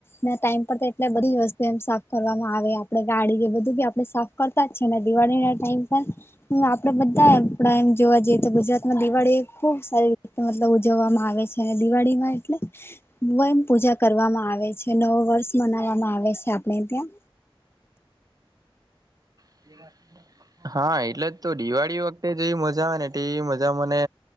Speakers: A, on the left; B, on the right.
A: ના ટાઈમ પર એટલે બધી વસ્તુ સાફ કરવામાં આવે. આપણે ગાડી બધું આપડે સાફ કરતા જ છેને દિવાળી ના ટાઈમ પર આપડે બધા પડા એમ જોવા જઈએ. ત ગુજરાત માં દિવાળી ખુબ સારી રીતે મતલબ ઉજવવામાં આવે છે અને દિવાળીમાં એટલે વન પૂજા કરવામાં આવે છે. નવુ વર્ષ મનાવવામાં આવે છે આપણે ત્યાં.
B: <inaudible> હા એટલે જ તો દિવાળી વખતે જેવી મજા આવે તેવી મજા મને